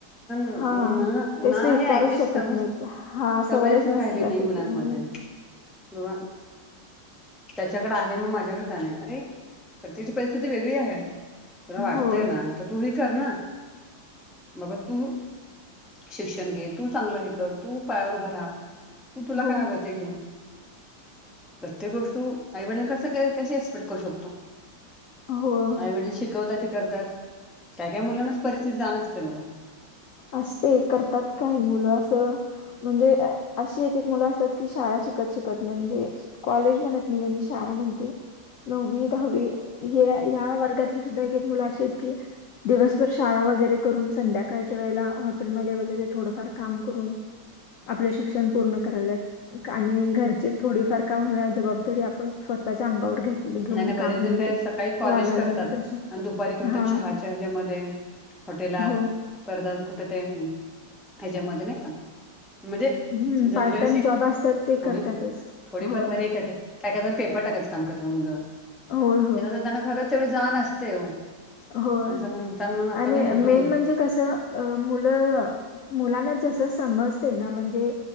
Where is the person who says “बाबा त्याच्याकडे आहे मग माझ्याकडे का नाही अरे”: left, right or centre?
Centre